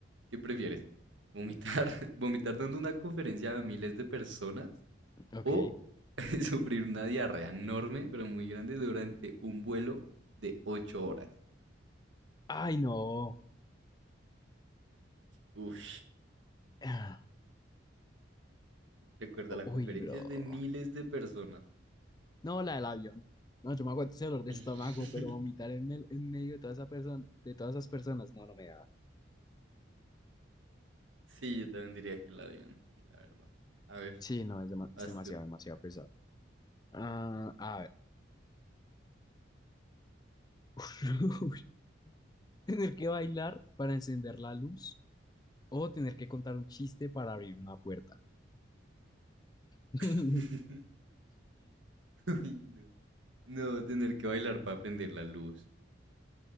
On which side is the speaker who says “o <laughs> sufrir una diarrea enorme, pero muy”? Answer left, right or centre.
Right